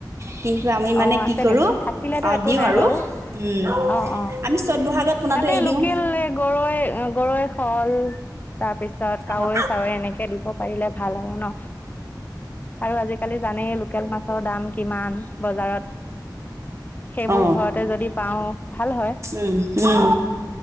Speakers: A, on the right; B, on the left.
A: কিন্তু আমি মানে
B: অ
A: কি
B: আছে
A: কৰোঁ
B: নেকি থাকিলেতো
A: অ
B: একো
A: দিওঁ
B: নাই
A: আৰু
B: বাৰু
A: উম
B: অ অ
A: আমি চ'ত বহাগত পোনাটো
B: তাতে
A: এৰি দিওঁ
B: লোকেল গৰৈ গৰৈ শল তাৰপিছত। ত
A: অ
B: কাৱৈ
A: উম
B: চাৱৈ এনেকে দিব পাৰিলে ভাল আৰু ন। আৰু আজিকালি জানেই লোকেল মাছ মাছৰ দাম কিমান? বজাৰত সেইবোৰ
A: অ
B: ঘৰতে যদি পাওঁ ভাল হয়
A: উম উম